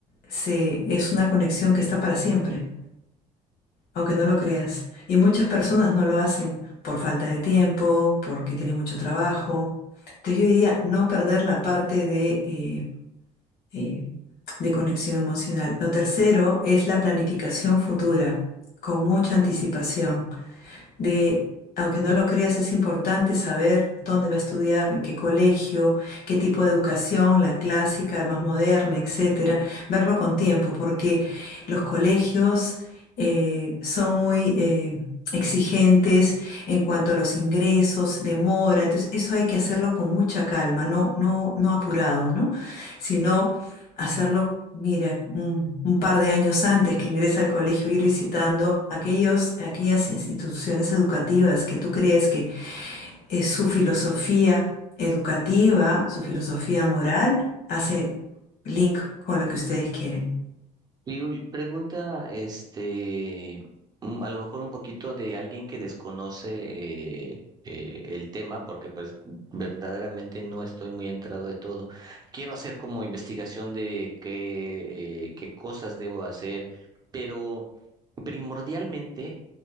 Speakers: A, on the left; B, on the right.
A: se, es una conexión que está para siempre, aunque no lo creas. Y muchas personas no lo hacen por falta de tiempo, porque tienen mucho trabajo. Entonces yo diría no perder la parte de... eh, eh, de conexión emocional. Lo tercero es la planificación futura, con mucha anticipación. De, aunque no lo creas, es importante saber dónde va a estudiar, en qué colegio, qué tipo de educación, la clásica, más moderna, etcétera. Verlo con tiempo, porque los colegios eh, son muy eh, exigentes en cuanto a los ingresos, demora, entonces eso hay que hacerlo con mucha calma, no, no, no apurado, ¿no? Sino hacerlo, mira, un, un par de años antes que ingresa al colegio, ir visitando aquellos, aquellas instituciones educativas que tú crees que es su filosofía educativa, su filosofía moral, hace link con lo que ustedes quieren.
B: Y uy, pregunta, este, mm, a lo mejor un poquito de alguien que desconoce eh, eh, el tema, porque pues verdaderamente no estoy muy entrado de todo. Quiero hacer como investigación de qué, eh, qué cosas debo hacer, pero primordialmente